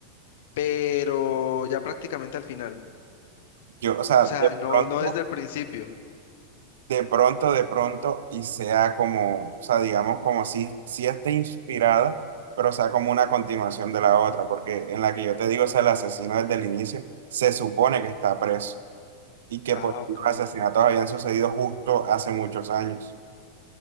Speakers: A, on the left (about 55°); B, on the right (about 60°).
A: Pero ya prácticamente al final.
B: Yo, o sea,
A: O sea,
B: de
A: no,
B: pronto...
A: no desde el principio.
B: de pronto, de pronto, y sea como, o sea, digamos como si, si esté inspirada, pero sea como una continuación de la otra, porque en la que yo te digo, o sea, el asesino desde el inicio se supone que está preso y que
A: Ah,
B: pues
A: ok.
B: los asesinatos habían sucedido justo hace muchos años.